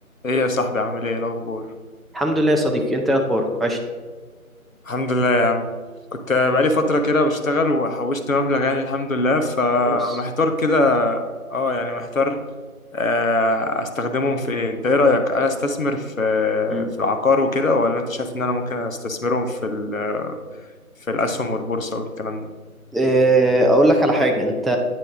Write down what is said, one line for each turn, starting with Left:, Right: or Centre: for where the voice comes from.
Left: ايه يا صاحبي عامل ايه الاخبار
Centre: الحمد لله يا صديقي انت ايه اخبارك وحشني
Left: الحمد لله يا عم كنت بقالي فتره كده بشتغل وحوشت مبلغ يعني الحمد لله فمحتار
Centre: كويس
Left: كده اه يعني محتار آه، استخدمهم في ايه انت ايه رايك انا استثمر في
Centre: مم.
Left: في العقار وكده ولا انت شايف ان انا ممكن استثمرهم في ال- في الاسهم والبورصه والكلام ده
Centre: إيه، اقول لك على حاجه انت